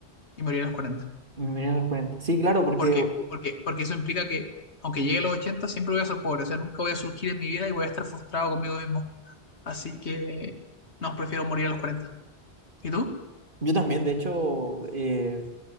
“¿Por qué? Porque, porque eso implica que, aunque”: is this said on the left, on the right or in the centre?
Left